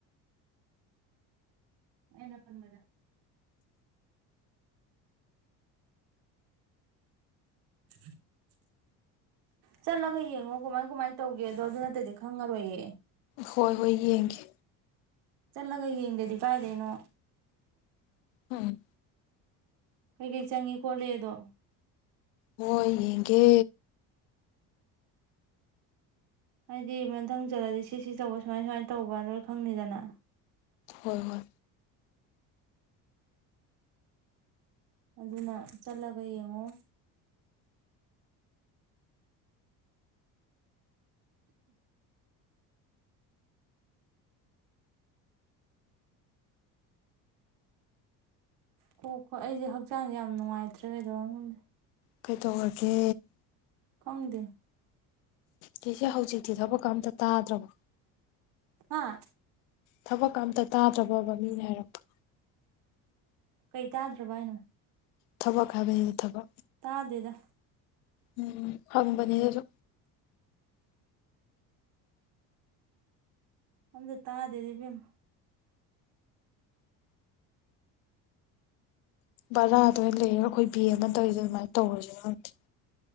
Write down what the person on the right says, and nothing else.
ꯑꯩꯟ ꯈꯟꯕꯗ <inaudible> ꯆꯠꯂꯒ ꯌꯦꯡꯉꯣ ꯀꯃꯥꯏ ꯀꯃꯥꯏ ꯇꯧꯒꯦ ꯑꯗꯣ ꯑꯗꯨ ꯅꯠꯇꯗꯤ ꯈꯪꯉꯔꯣꯏꯌꯦ
ꯆꯠꯂꯒ ꯌꯦꯡꯗꯗꯤ ꯀꯥꯏꯗꯩꯩꯅꯣ
ꯀꯩꯀꯩ ꯆꯪꯉꯤ ꯈꯣꯠꯂꯤ ꯑꯗꯣ
ꯍꯥꯏꯗꯤ ꯃꯊꯪ ꯆꯠꯂꯗꯤ ꯁꯤ ꯁꯤ ꯇꯧꯕ ꯁꯨꯃꯥꯏ ꯁꯨꯃꯥꯏꯅ ꯇꯧꯕ ꯂꯣꯏ ꯈꯪꯅꯤꯗꯅ
ꯑꯗꯨꯅ ꯆꯠꯂꯒ ꯌꯦꯡꯉꯣ ꯀꯣꯛ ꯀꯣ ꯑꯩꯁꯦ ꯍꯛꯆꯥꯡꯁꯦ ꯌꯥꯝ ꯅꯨꯡꯉꯥꯏꯇ꯭ꯔꯦ ꯀꯩꯗꯧꯝꯉꯝꯗꯦ
ꯈꯡꯗꯦ
ꯍꯥ
ꯀꯩ ꯇꯥꯗ꯭ꯔꯕ ꯍꯥꯏꯅꯣ
ꯇꯥꯗꯦꯗ
ꯑꯝꯗ ꯇꯥꯗꯦꯗ ꯏꯕꯦꯝꯃꯥ